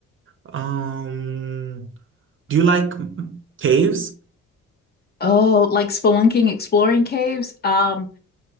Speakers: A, on the right; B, on the left.
A: Um, do you like caves?
B: Oh, like spelunking, exploring caves. Um,